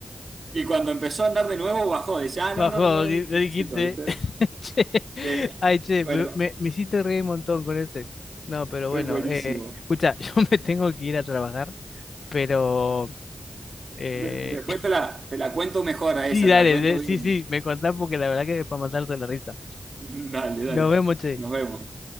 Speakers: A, on the right; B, on the left.
A: Y cuando empezó a andar de nuevo, bajó, decía ah,
B: bajó,
A: no, no, no, no no
B: y
A: necesito,
B: le dijiste,
A: ¿viste?
B: <laughs> che,
A: Eh,
B: ay, che,
A: bueno,
B: me, me, me hiciste reír un montón con ese. No, pero
A: es
B: bueno,
A: buenísimo.
B: eh, escucha, <laughs> yo me tengo que ir a trabajar, pero eh,
A: De- después
B: <laughs>
A: te la, te la cuento mejor a esa,
B: sí, dale,
A: te la cuento
B: de-
A: bien.
B: sí, sí, me contás porque la verdad que es para matarse la risa.
A: <laughs> Dale,
B: Nos
A: dale,
B: vemos, che.
A: nos vemos.